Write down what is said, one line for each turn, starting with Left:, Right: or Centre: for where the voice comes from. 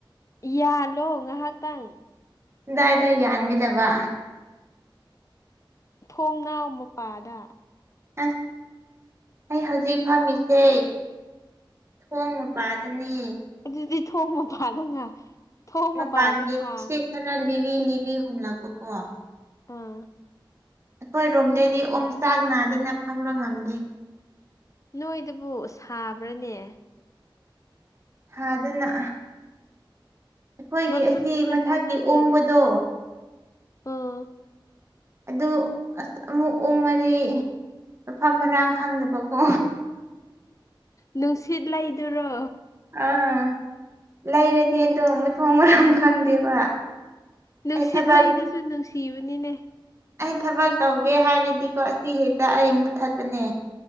Left: ꯌꯥꯜꯂꯣ ꯉꯥꯏꯍꯥꯛꯇꯪ
Right: ꯗꯥꯏꯗ ꯌꯥꯟꯈꯤꯗꯕ
Left: ꯊꯣꯡ ꯅꯥꯎ ꯃꯄꯥꯗ
Right: ꯑꯁ ꯑꯩ ꯍꯧꯖꯤꯛ ꯐꯝꯃꯤꯁꯦ ꯊꯣꯡꯃꯄꯥꯗꯅꯤ
Left: ꯑꯗꯨꯗꯤ ꯊꯣꯡ ꯃꯄꯥꯗ ꯉꯥ ꯊꯣꯡ
Right: ꯃꯄꯥꯟꯒꯤ
Left: ꯃꯄꯥꯗ ꯊꯥꯡ
Right: ꯁꯤ ꯈꯔ ꯂꯤꯔꯤ ꯂꯤꯔꯤ ꯍꯨꯝꯂꯛꯄꯀꯣ
Left: ꯑꯥ
Right: ꯍꯣꯏ ꯔꯣꯝꯗꯩꯗꯤ ꯑꯣꯝ ꯆꯥꯛ ꯅꯥꯗꯅ ꯐꯝꯕ ꯉꯝꯗꯦ
Left: ꯅꯣꯏꯗꯕꯨ ꯁꯥꯕ꯭ꯔꯅꯦ
Right: ꯁꯥꯗꯅ ꯑꯩꯈꯣꯏꯒꯤ
Left: ꯃꯐꯝꯗꯨꯒ
Right: ꯑꯁꯤ ꯃꯊꯛꯀꯤ
Left: ꯆꯥꯟꯅꯗ꯭ꯔꯦꯗ
Right: ꯑꯣꯡꯕꯗꯣ
Left: ꯑꯣ
Right: ꯑꯗꯨ ꯑꯁ ꯑꯃꯨꯛ ꯑꯣꯡꯉꯔꯤ ꯃꯐꯝ ꯃꯔꯥꯡ ꯈꯪꯅꯗꯕꯀꯣ
Left: ꯅꯨꯡꯁꯤꯠ ꯂꯩꯗꯨꯔꯣ
Right: ꯑꯥ ꯂꯩꯔꯗꯤ ꯑꯗꯣ ꯃꯊꯣꯡ ꯃꯔꯝ ꯈꯪꯗꯦꯕ
Left: ꯅꯨꯡꯁꯤꯠꯂꯩꯗꯨꯁꯨ
Right: ꯑꯩ ꯊꯕꯛ
Left: ꯅꯨꯡꯁꯤꯕꯅꯤꯅꯦ
Right: ꯑꯩ ꯊꯕꯛ ꯇꯧꯒꯦ ꯍꯥꯏꯔꯗꯤꯀꯣ ꯑꯁꯤ ꯍꯦꯛꯇ ꯑꯩ ꯃꯨꯠꯊꯠꯄꯅꯦ